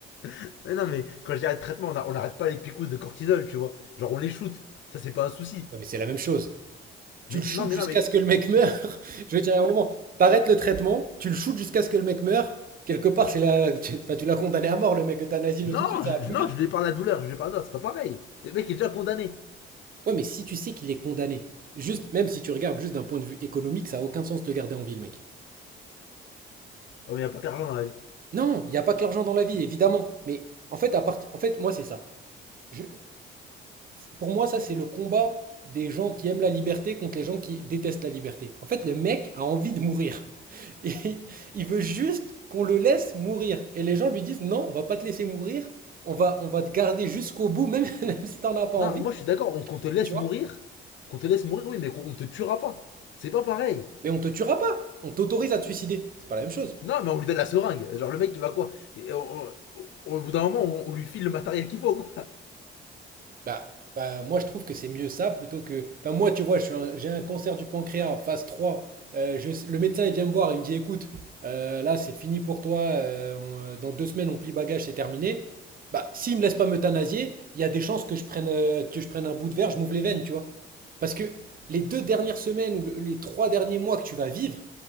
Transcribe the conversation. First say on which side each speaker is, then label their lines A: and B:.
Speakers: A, on the left; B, on the right.
A: <laughs> mais, non, mais quand je dis arrête le traitement, on a- on n'arrête pas les picousses de cortisol, tu vois. Genre, on les shoot. Ça, c'est pas un souci.
B: Ouais, mais c'est la même chose. Tu
A: Mais
B: le shootes
A: non, mais
B: jusqu'à
A: non, mais
B: ce que le mec meure. <laughs> Je veux dire, à un moment, t'arrêtes le traitement, tu le shootes jusqu'à ce que le mec meure. Quelque part, c'est la... tu enfin, tu l'as condamné à mort, le mec, euthanasie-le
A: Non,
B: tout de suite, ça
A: je,
B: va plus
A: non,
B: vite.
A: je lui ai parlé à douleur, je lui ai parlé, non, c'est pas pareil. Le mec est déjà condamné.
B: Ouais, mais si tu sais qu'il est condamné, juste, même si tu regardes juste d'un point de vue économique, ça a aucun sens de le garder en ville, mec.
A: Oh, mais y a pas que l'argent dans la vie.
B: Non, il n'y a pas que l'argent dans la vie, évidemment. Mais en fait, à partir, en fait, moi, c'est ça. Je- Pour moi, ça, c'est le combat des gens qui aiment la liberté contre les gens qui détestent la liberté. En fait, le mec a envie de mourir. <laughs> Et il veut juste qu'on le laisse mourir. Et les gens lui disent, non, on va pas te laisser mourir. On va, on va te garder jusqu'au bout, même, <laughs> même si t'en as pas
A: Non,
B: envie,
A: mais moi je suis d'accord, on- qu'on te laisse
B: tu
A: mourir,
B: vois.
A: qu'on te laisse mourir, oui, mais qu'on te tuera pas. C'est pas pareil.
B: Mais on te tuera pas. On t'autorise à te suicider. C'est pas la même chose.
A: Non, mais on lui donne la seringue. Genre, le mec, il va quoi on- on- Au bout d'un moment, on, on lui file le matériel qu'il faut, quoi.
B: Bah, bah, moi, je trouve que c'est mieux ça plutôt que. Enfin, moi, tu vois, je suis un- j'ai un cancer du pancréas, phase trois Euh, je- Le médecin, il vient me voir, il me dit, écoute, euh, là, c'est fini pour toi. euh, on- euh, dans deux semaines, on plie bagage, c'est terminé. Bah, s'il me laisse pas m'euthanasier, il y a des chances que je prenne, euh, que je prenne un bout de verre, je m'ouvre les veines, tu vois. Parce que les deux dernières semaines ou le- les trois derniers mois que tu vas vivre,